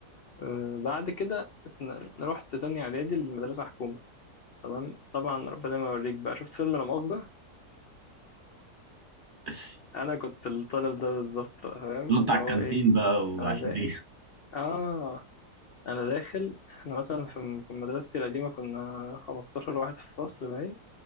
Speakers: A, on the left; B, on the right.
A: آه بعد كده اتن- رحت تانية إعدادي المدرسة حكومة تمام طبعا ربنا ما يوريك بقى شفت فيلم لا مؤاخذة
B: <laughs>
A: انا كنت الطالب ده بالظبط فاهم
B: نط
A: اللي
B: على
A: هو
B: الكانتين
A: ايه
B: بقى وعشان
A: انا دا...
B: دي
A: اه انا داخل احنا مثلا في في مدرستي القديمه كنا 15 واحد في الفصل باين